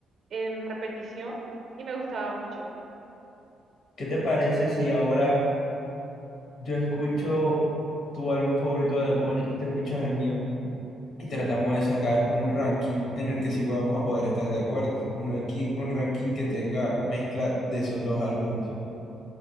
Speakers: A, on the right (about 55°); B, on the left (about 65°).
A: en repetición y me gustaba mucho.
B: ¿qué te parece si ahora yo escucho tu álbum favorito de Bad Bunny y te escuchas el mío? Y tratamos de sacar un ranking en el que sí vamos a poder estar de acuerdo. Un ranking, un ranking que tenga mezcla de esos dos álbumes.